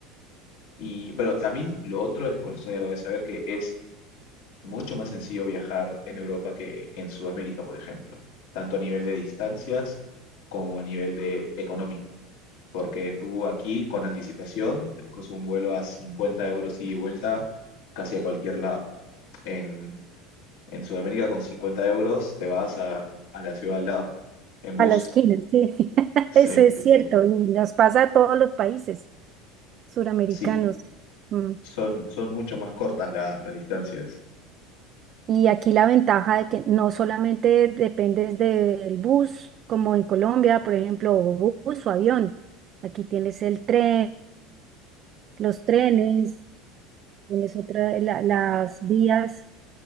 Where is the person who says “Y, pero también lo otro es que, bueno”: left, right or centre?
Left